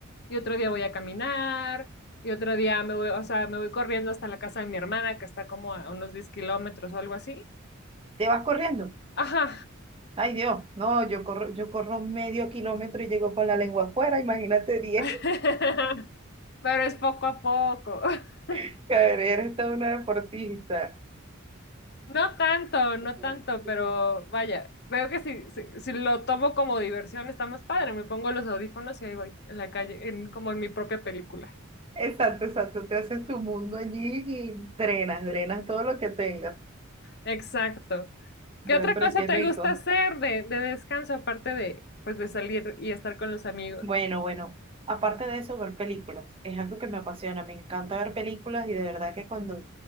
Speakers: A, on the left (about 55°); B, on the right (about 25°).
A: y otro día voy a caminar, y otro día me voy, o sea, me voy corriendo hasta la casa de mi hermana, que está como a unos diez kilómetros o algo así.
B: ¿Te vas corriendo?
A: Ajá.
B: Ay, Dios, no, yo corro, yo corro medio kilómetro y llego con la lengua afuera, imagínate diez.
A: <laughs> Pero es poco a poco. <laughs>
B: <laughs> Cabrera, eres toda una deportista.
A: No tanto, no
B: <laughs>
A: tanto, pero vaya, veo que si, si, si lo tomo como diversión está más padre. Me pongo los audífonos y ahí voy, en la calle, en, como en mi propia película.
B: Exacto, exacto. Te haces tu mundo allí y drenas, drenas todo lo que tengas.
A: Exacto.
B: Dios,
A: ¿Qué otra cosa
B: pero qué
A: te
B: rico.
A: gusta hacer de, de descanso aparte de, pues, de salir y estar con los amigos?
B: Bueno, bueno. Aparte de eso, ver películas. Es algo que me apasiona. Me encanta ver películas y de verdad que cuando